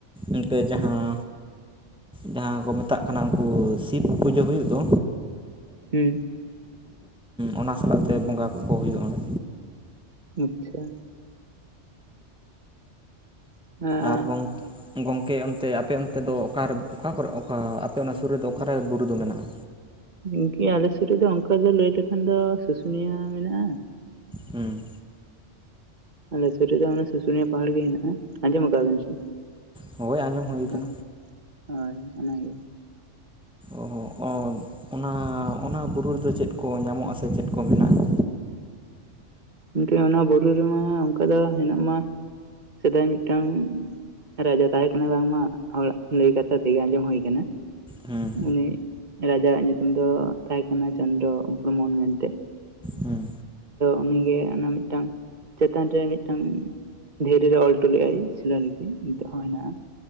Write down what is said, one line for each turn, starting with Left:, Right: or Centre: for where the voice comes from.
Centre: ᱤᱱᱠᱟᱹ ᱡᱟᱦᱟᱸ ᱡᱟᱦᱟᱸ ᱠᱚ ᱢᱮᱛᱟᱜ ᱠᱟᱱᱟ ᱩᱱᱠᱩ ᱥᱤᱵ ᱯᱩᱡᱟᱹ ᱦᱩᱭᱩᱜ ᱫᱚ
Right: ᱦᱩᱸ
Centre: ᱚᱱᱟ ᱥᱟᱞᱟᱜ ᱛᱮ ᱵᱚᱸᱜᱟ ᱠᱚᱠᱚ ᱦᱩᱭᱩᱜᱼᱟ ᱚᱸᱰᱮ
Right: ᱟᱪᱪᱷᱟ ᱟᱪᱪᱷᱟ
Centre: ᱟᱨ ᱜᱚᱝᱠᱮ ᱜᱚᱝᱠᱮ ᱚᱱᱛᱮ ᱟᱯᱮ ᱚᱱᱛᱮ ᱫᱚ ᱚᱠᱟᱨᱮ ᱚᱠᱟ ᱠᱚᱨᱮ ᱚᱠᱟ ᱟᱯᱮ ᱚᱱᱟ ᱥᱩᱨ ᱨᱮᱫᱚ ᱚᱠᱟᱨᱮ ᱵᱩᱨᱩ ᱫᱚ ᱢᱮᱱᱟᱜᱼᱟ
Right: ᱜᱩᱝᱠᱤ ᱟᱞᱮ ᱥᱩᱨ ᱨᱮᱫᱚ ᱚᱱᱠᱟ ᱫᱚ ᱞᱟᱹᱭ ᱞᱮᱠᱷᱟᱱ ᱫᱚ ᱥᱩᱥᱩᱱᱤᱭᱟ ᱢᱮᱱᱟᱜᱼᱟ
Centre: ᱦᱩᱸ
Right: ᱟᱞᱮ ᱥᱩᱨ ᱨᱮᱜᱮ ᱚᱱᱟ ᱥᱩᱥᱩᱱᱤᱭᱟᱹ ᱯᱟᱦᱟᱲ ᱜᱮ ᱦᱮᱱᱟᱜᱼᱟ ᱟᱸᱡᱚᱢ ᱟᱠᱟᱜ-ᱟ ᱵᱮᱱ ᱥᱮ
Centre: ᱦᱳᱭ ᱟᱸᱡᱚᱢ ᱦᱩᱭ
Right: ᱦᱮᱸ
Centre: ᱟᱠᱟᱱᱟ
Right: ᱦᱳᱭ ᱚᱱᱟ ᱜᱮ
Centre: ᱚᱸ ᱚᱱ ᱚᱱᱟ ᱚᱱᱟ ᱵᱩᱨᱩ ᱨᱮᱫᱚ ᱪᱮᱫ ᱠᱚ ᱧᱟᱢᱚᱜ-ᱟ ᱥᱮ ᱪᱮᱫ ᱠᱚ ᱢᱮᱱᱟᱜᱼᱟ
Right: ᱜᱚᱝᱠᱮ ᱚᱱᱟ ᱵᱩᱨᱩ ᱨᱮᱢᱟ ᱚᱱᱠᱟ ᱫᱚ ᱦᱮᱱᱟᱜ ᱢᱟ ᱥᱮᱫᱟᱭ ᱢᱤᱫ ᱴᱟᱝ ᱨᱟᱡᱟ ᱛᱟᱦᱮᱸ ᱠᱟᱱᱟᱭ ᱵᱟᱝ ᱢᱟ ᱦᱚᱲᱟᱜ ᱞᱟᱹᱭ ᱠᱟᱛᱷᱟ ᱛᱮᱜᱮ ᱟᱸᱡᱚᱢ ᱦᱩᱭ ᱟᱠᱟᱱᱟ
Centre: ᱦᱮᱸ
Right: ᱩᱱᱤ ᱨᱟᱡᱟᱣᱟᱜ ᱧᱩᱛᱩᱢ ᱫᱚ ᱛᱟᱦᱮᱸ ᱠᱟᱱᱟ ᱪᱚᱱᱫᱽᱨᱚ ᱵᱨᱚᱢᱚᱱ ᱢᱮᱱ ᱛᱮ
Centre: ᱦᱮᱸ
Right: ᱩᱱᱤ ᱜᱮ ᱚᱱᱟ ᱢᱤᱫ ᱴᱟᱝ ᱪᱮᱛᱟᱱ ᱨᱮ ᱢᱤᱫ ᱴᱟᱝ ᱫᱷᱤᱨᱤ ᱨᱮ ᱚᱞ ᱦᱚᱴᱚ ᱞᱮᱫᱼᱟᱭ ᱥᱤᱞᱟ ᱞᱤᱯᱤ ᱱᱤᱛᱚᱜ ᱦᱚᱸ ᱦᱮᱱᱟᱜᱼᱟ